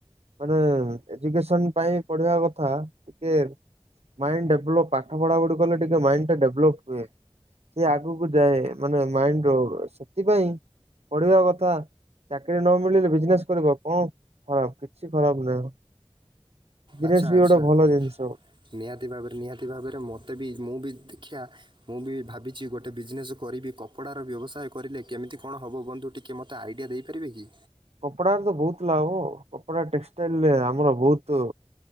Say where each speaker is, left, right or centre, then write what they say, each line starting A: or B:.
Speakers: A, on the right (about 80°); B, on the right (about 55°).
A: ମାନେ ଏଜୁକସନ ପାଇଁ ପଢିବା କଥା ଟିକେ ମାଇଣ୍ଡ ଡେଭଲପ ପାଠ ପଢାପଢ଼ି ଗଲେ ଟିକେ ମାଇଣ୍ଡଟା ଡେଭଲପ୍ ହୁଏ। ସେ ଆଗକୁ ଯାଏ ମାନେ ମାଇଣ୍ଡ ର ସେଥିପାଇଁ ପଢିବା କଥା। ଚାକିରି ନ ମିଳିଲେ ବିଜନେସ କର କଣ ଖରାପ କିଛି ଖରାପ ନାହିଁ। ବିଜିନେସ
B: ଆଚ୍ଛା
A: ବି
B: ଆଚ୍ଛା
A: ଗୋଟେ ଭଲ ଜିନିଷ।
B: ନିହାତି ଭାବରେ ନିହାତି ଭାବରେ ମୋତେ ବି ମୁଁ ବି ଦେଖିବା ମୁଁ ବି ଭାବିଛି ଗୋଟେ ବିଜନେସ୍ କରିବି କପଡ଼ାର ବ୍ୟବସାୟ କରିଲେ କେମିତି କଣ ହବ ବନ୍ଧୁ ଟିକ କେ ମୋତେ ଆଇଡ଼ିଆ ଦେଇପାରିବେ କି?
A: କପଡାରା ରେ ତ ବହୁତ ଲାଭ କପଡା ଟେକ୍ସଟାଇଲ ଆମର ବହୁତ